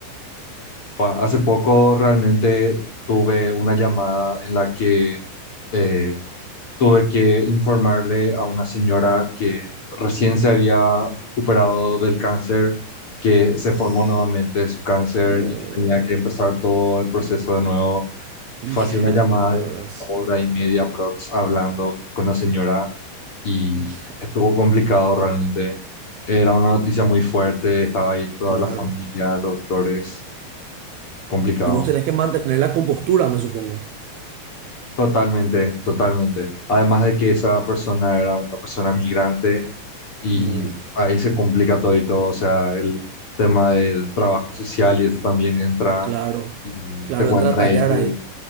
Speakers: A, on the left (about 30°); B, on the right (about 70°).
A: Hace poco realmente tuve una llamada en la que eh, tuve que informarle a una señora que recién se había recuperado del cáncer, que se
B: Uf,
A: formó nuevamente de su cáncer
B: no.
A: y que tenía que empezar todo el proceso de nuevo.
B: Hija
A: Fue así una llamada
B: de mil,
A: de
B: ¿verdad?
A: una
B: Sí.
A: hora y media prox hablando con la señora y
B: Hija,
A: estuvo complicado realmente. Era una noticia muy fuerte, estaba ahí toda
B: claro.
A: la familia, los doctores, complicado.
B: Y vos tenés que mantener la compostura, me supongo.
A: Totalmente, totalmente. Además de que esa persona era una persona migrante y
B: No,
A: ahí se complica todo y todo. O sea, el tema del trabajo social y eso también entra
B: claro.
A: y
B: Claro,
A: te cuentan
B: entra a tallar
A: ahí su-
B: ahí.